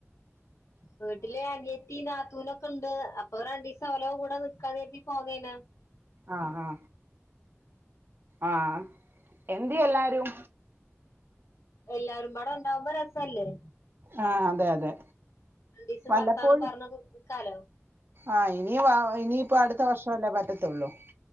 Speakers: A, on the left; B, on the right.
A: വീട്ടില് അനിയത്തിയും നാത്തുനും ഒ ഒക്കണ്ട് അപ്പം രണ്ടിസം അവലെ കുടെ നിക്കാൻകരുതി പോന്നോനി
B: ആാ ആാ ആാ എന്തിയോ എല്ലാരും
A: എല്ലാരുംപാട ഉണ്ടാവുമ്പം രസല്ലേ
B: ആാ അതെ അതെ
A: രണ്ടീസം
B: വല്ലപ്പോഴും
A: വർത്താനം പറഞ്ഞ് നിക്കാലോ
B: ആാ ഇനി വാ ഇനിയിപ്പം അടുത്താ വർഷല്ലോ പറ്റത്തേ <unintelligible>